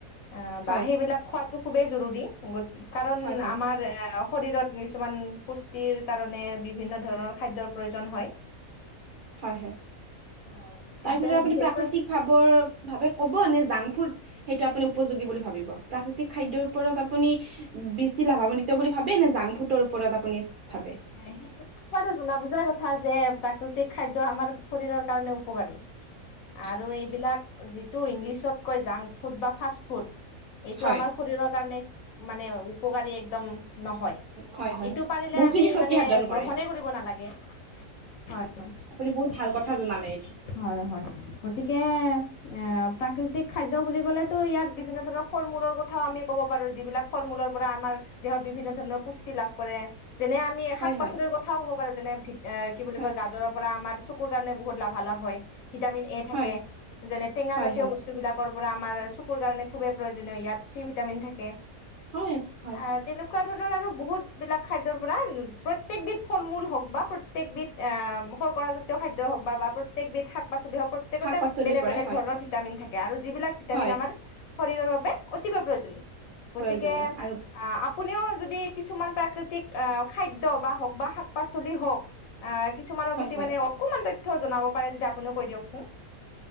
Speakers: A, on the left (about 75°); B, on the right (about 50°).
A: আ
B: হয়
A: বা সেইবিলাক খোৱাতো খুবেই জৰুৰী গতি কাৰণ
B: হয় হয়
A: আমাৰ এ অ শৰীৰত কিছুমান পুষ্টিৰ কাৰণে বিভিন্ন ধৰণৰ খাদ্যৰ প্ৰয়োজন হয়
B: হয় হয়
A: আহ খাদ্য
B: তাৰ ভিতৰত আপুনি
A: বিশেষকৈ
B: প্ৰাকৃতিক ভাৱৰ ভাৱে ক'ব নে জাংক ফুড সেইটো আপুনি উপযোগী বুলি ভাবিব? প্ৰাকৃতিক খাদ্যৰ ওপৰত আপুনি বিছি লাভাৱান্বিত বুলি ভাবে নে জাংফুডৰ ওপৰত আপুনি ভাবে?
A: আ সেইটো <unintelligible> জনা বুজাৰ কথা যে প্ৰাকৃতিক খাদ্য আমাৰ শৰীৰৰ কাৰণে উপকাৰী।
B: <inaudible>
A: আৰু এইবিলাক যিটো ইংলিছত কয় জাংক ফুড বা ফাষ্ট ফুড এইটো
B: হয়
A: আমাৰ শৰীৰৰ কাৰণে মানে উপকাৰী একদম নহয়
B: হয় হয়
A: এইটো পাৰিলে
B: বহুখিনি
A: আ মি
B: ক্ষতি
A: মানে
B: সাধন কৰে
A: গ্ৰহনে কৰিব নালাগে, হয় হয়।
B: আপুনি বহুত ভাল কথা জনালে এইটো
A: হয় হয় গতিকে এ প্ৰাকৃতিক খাদ্য বুলি ক'লেতো ইয়াত বিভিন্ন ধৰণৰ ফল - মূলৰ কথাও আমি ক'ব পাৰো যিবিলাক ফল - মূলৰ পৰা আমাৰ দেহত বিভিন্ন ধৰণৰ পুষ্টি লাভ কৰে। যেনে আমি
B: হয়
A: শাক - পাচলিৰ
B: হয়
A: কথাও ক'ব পাৰো, যেনে ভীত এ কি বুলি
B: হয়
A: কয় গাজৰৰ পৰা আমাৰ চ কুৰ কাৰণে বহুত লাভালাভ হয়, ভিটামিন এ থাকে
B: হয়
A: যেনে টেঙা
B: হয়
A: জাতীয়
B: হয়
A: বস তোবিলাকৰ পৰা আমাৰ চকুৰ কাৰণে খুবেই প্ৰয়োজনীয় ইয়াত চি ভিটামিন থাকে।
B: হয় হয়
A: আ তেনেকুৱা ধৰণৰ আৰু বহুতবিলাক খাদ দ্যৰ পৰা ওম প্ৰত্যেকবিধ ফল মূল হওক বা প্ৰত্যেকবিধ আহ শৰ্কৰাজাতীয় খাদ্য হওক বা প্ৰ ত্যেকবিধ শাক - পাচলি হওক, প্ৰত্যেকতে
B: শাক পাচলিৰ
A: বেলেগ
B: পৰাই
A: বেলেগ
B: হয়
A: ধৰণৰ ভিটামিন থাকে আৰু যিবিলাক ভিটামিন
B: হয়
A: আমাৰ শৰীৰৰ বাবে অতিকৈ প্ৰয়োজনীয় গতিকে
B: প্ৰয়োজনীয় আৰু
A: আহ আপ পুনেও যদি কিছুমান প্ৰাকৃতিক আহ খাদ্য বা হওক বা শাক - পাচলি হওক আহ কিছুমানৰ
B: হয়
A: প্ৰতি
B: হয়
A: মানে অকমান তথ্যও জনাব পাৰে যেতিয়া আপুনিও কৈ দিয়কচোন?